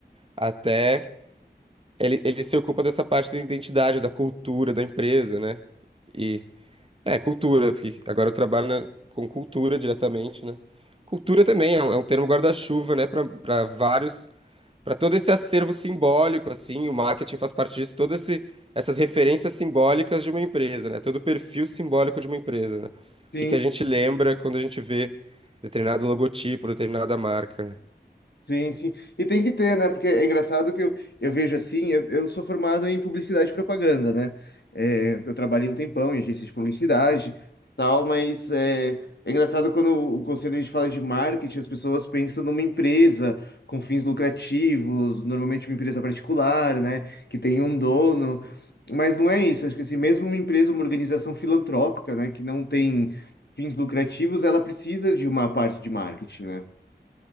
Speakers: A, on the right; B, on the left.
A: até Ele, ele se ocupa dessa parte da identidade, da cultura da empresa, né? E é cultura, porque agora eu trabalho na- com cultura diretamente, né? Cultura também é um, é um termo guarda-chuva, né? Para para vários, para todo esse acervo simbólico, assim, o marketing faz parte disso, todo esse essas referências simbólicas de uma empresa, né? Todo o perfil simbólico de uma empresa, né?
B: Sim,
A: O que que a gente lembra quando a gente vê determinado logotipo, determinada marca, né?
B: Sim, sim. E tem que ter, né? Porque é engraçado que eu, eu vejo assim, eu, eu sou formado em publicidade e propaganda, né? É, eu trabalhei um tempão em agência de publicidade, tal, mas é, é engraçado quando o conselho a gente fala de marketing, as pessoas pensam numa empresa com fins lucrativos, normalmente uma empresa particular, né? Que tem um dono. Mas não é isso. Acho que assim, mesmo uma empresa, uma organização filantrópica, né? Que não tem fins lucrativos, ela precisa de uma parte de marketing, né?